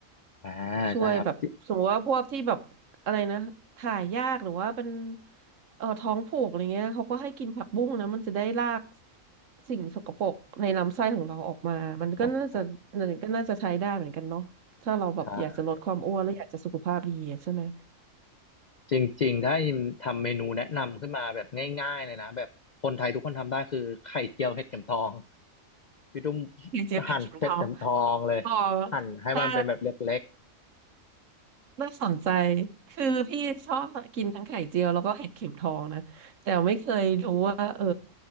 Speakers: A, on the left (about 55°); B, on the right (about 70°).
A: อ่าใช่ครับจิ
B: ช่วยแบบสมมติว่าพวกที่แบบอะไรนะถ่ายยากหรือว่าเป็นเอ่อท้องผูกอะไรเงี้ยเขาก็ให้กินผักบุ้งนะมันจะได้ลากสิ่งสกปรกในลำไส้ของเราออกมามันก็น่าจะมันก็น่าจะใช้ได้เหมือนกันเนาะถ้าเราแบบอยากจะลดความอ้วนและอยากจะสุขภาพดีอะใช่ไหม
A: อ๋อใช่จริงๆถ้าอิมทำเมนูแนะนำขึ้นมาแบบง่ายๆเลยนะแบบคนไทยทุกคนทำได้คือไข่เจียวเห็ดเข็มทองพี่ตุ้ม
B: อยาจะเป็นเข็มทอง
A: หั่นเห็ดเข็มทองเลย
B: อ๋อ
A: หั่นให้มันเป็นแบบเล็ก
B: ได้ น่าสนใจ คือพี่ชอบกินทั้งไข่เจียวแล้วก็เห็ดเข็มทองนะ แต่ไม่เคยรู้ว่าเออ